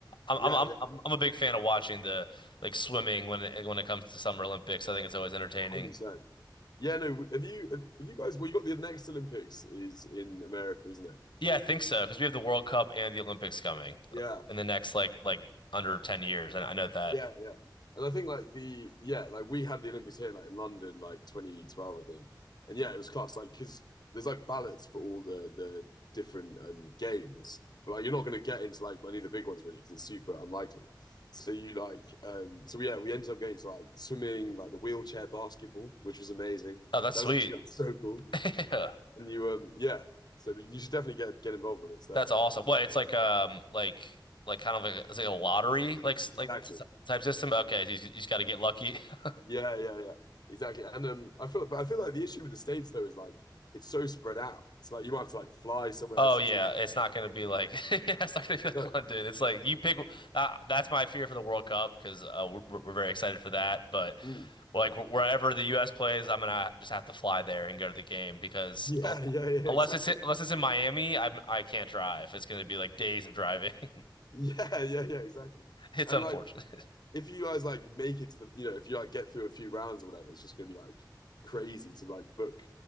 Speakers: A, on the left; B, on the left.
A: I'm
B: yeah,
A: I'm I'm
B: yeah,
A: I'm I'm a big fan of watching the like swimming when it when it comes to Summer Olympics. I think it's always entertaining.
B: 100%. Yeah, no, have you, have, have you guys, well, you got the next Olympics is in America, isn't it?
A: Yeah, I think so because we have the World Cup and the Olympics coming
B: Yeah.
A: in the next like like under 10 years. And I know that.
B: Yeah, yeah. And I think like the yeah, like we had the Olympics here like in London like 2012 I think. And yeah, it was class like cuz there's like ballots for all the the different um games. But like you're not going to get into like any of the big ones really cuz it's super unlikely. So you like um so yeah, we ended up going to like swimming, like the wheelchair basketball, which was amazing.
A: Oh, that's
B: That
A: sweet.
B: was actually like, so cool.
A: <laughs> Yeah.
B: And you um yeah, so you should definitely get get involved when it's there.
A: That's awesome. What, it's like um like like kind of like, it's like a lottery like s-
B: Exactly.
A: like t type system. Okay, so you you just got to get lucky. <laughs>
B: Yeah, yeah, yeah. Exactly. And um, I feel, but I feel like the issue with the States though is like it's so spread out. It's like you might have to like fly somewhere
A: Oh
B: and see
A: yeah,
B: some.
A: it's
B: <laughs>
A: not going to be like <laughs> yeah, it's not going to be like
B: No.
A: London. It's like you pick. Uh, that's my fear for the World Cup because uh, we're, we're very excited for that. But
B: Mm.
A: like wh- wherever the U.S. plays, I'm gonna just have to fly there and go to the game because
B: Yeah,
A: un-
B: yeah, yeah.
A: unless
B: Exactly.
A: it's unless it's in Miami, I'm I can't drive. It's going to be like days of driving. <laughs>
B: Yeah, yeah, yeah. Exactly.
A: It's
B: And
A: unfortunate.
B: like, if you guys like make it to the, you know, if you like get through a few rounds or whatever, it's just gonna be like crazy to like book